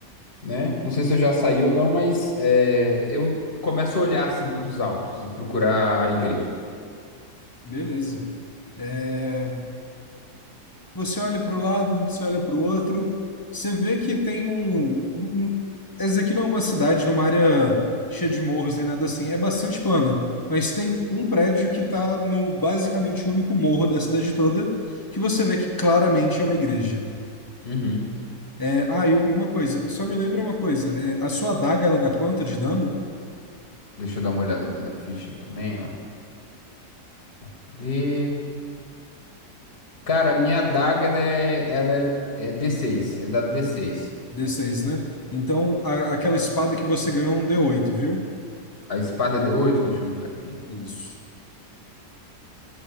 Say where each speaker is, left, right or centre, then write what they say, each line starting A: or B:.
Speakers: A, on the left (about 35°); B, on the left (about 15°).
A: né? Não sei se eu já saí ou não, mas é, eu começo a olhar assim para os altos e procurar a igreja.
B: Beleza. É, você olha para o lado, você olha para o outro, você vê que tem um, um- Essa aqui não é uma cidade numa área cheia de morros nem nada assim, é bastante plana, mas tem um prédio que está no basicamente o único morro da cidade toda, que você vê que claramente é uma igreja.
A: Uhum.
B: É, ah, e, e uma coisa, só me lembra uma coisa, é, a sua adaga ela dá quanto de dano?
A: Deixa eu dar uma olhada aqui na ficha também, ó. Cadê? Cara, a minha adaga ela é, ela é, é d seis é dado d seis
B: d seis, né? Então, a- aquela espada que você ganhou é um d oito, viu?
A: A espada é d oito deixa eu anotar aqui.
B: Isso.